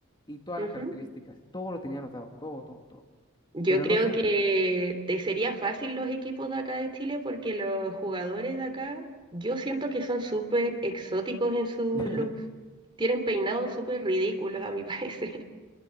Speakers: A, on the left; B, on the right.
A: y todas
B: Ujú.
A: las características. Todo lo tenía anotado, todo, todo, todo.
B: Yo
A: Pero
B: creo
A: no sé.
B: que te sería fácil los equipos de acá de Chile porque los jugadores de acá, yo siento que son súper exóticos en sus
A: <laughs>
B: looks. Tienen peinados súper ridículos a mi <laughs> parecer